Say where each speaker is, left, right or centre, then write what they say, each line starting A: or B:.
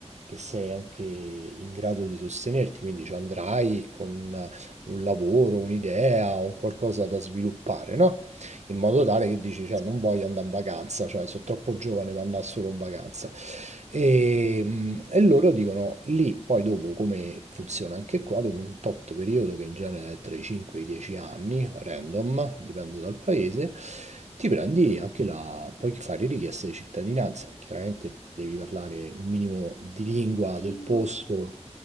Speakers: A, on the right; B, on the left.
A: che sei anche in grado di sostenerti, quindi ci andrai con un lavoro, un'idea, un qualcosa da sviluppare, no? in modo tale che dici, cioè, non voglio andare in vacanza, cioè, sono troppo giovane per andare solo in vacanza. E, mm, e loro dicono lì, poi dopo come funziona anche qua, dopo un tot periodo che in genere è tra i 5 e i 10 anni, random, dipende dal paese, ti prendi anche la, puoi fare richiesta di cittadinanza, chiaramente devi parlare un minimo di lingua
B: la lingua,
A: del posto,
B: certo.